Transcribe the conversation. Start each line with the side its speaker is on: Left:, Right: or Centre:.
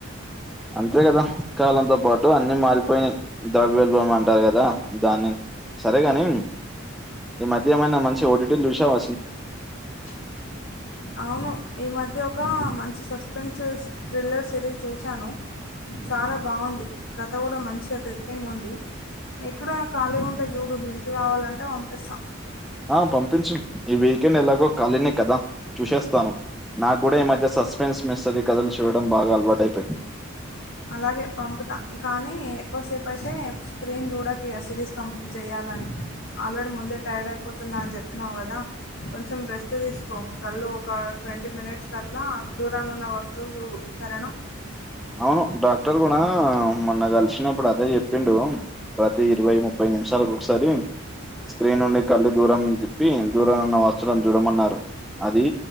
Centre: అంతే కదా కాలంతో పాటు అన్ని మారిపోయినై ద్రవ్యోల్బణం అంటారు కదా దాన్ని సరేగాని ఈ మధ్య ఏమైనా మంచి ఒటిటీలు చూసావ?
Left: <inaudible> అవును ఈ మధ్య ఒక మంచి సస్పెన్సెస్ థ్రిల్లర్ సిరీస్ చూశాను. చాలా బాగుంది కథ కూడా మంచి ఒక క్రిఫంగ్ ఉంది నీకు కూడా కాలిగా ఉంటే చూడు లింక్ కావాలంటే పంపిస్తా.
Centre: ఆ పంపించు ఈ వీకెండ్ ఎలాగో ఖాళీనే కదా చూసేస్తాను. నాకు కూడా ఈ మధ్య సస్ప మెన్స్ మిస్రీ కథలు చూడడం బాగా అలవాటు అయిపోయింది.
Left: అలాగే పంపుతా కానీ ఎక్కువసేపైతే స్క్రీన్ చూడగిగా సిరీస్ కంప్లీట్ చేయాలని ఆల్రెడీ ముందే టైర్డ్ అయిపోతున్నా అని చెప్పినావు కదా కొంచెం రెస్ట్ తీసుకో కళ్ళు ఒక ట్వంటీ మినిట్స్ కట్లా దూరాన్ని ఉన్న వస్తువులు చూడు సరేనా
Centre: అవును డాక్టర్ గుణ మొన్న కలిసినప్పుడు అదే చెప్పిండు. ప్రతి ఇరవై, ముప్పై నిమిషాలకు ఒకసారి స్క్రీన్ నుండి కళ్ళ దూరం చెప్పి దూరం ఉన్న వస్తువులను చూడమన్నారు అది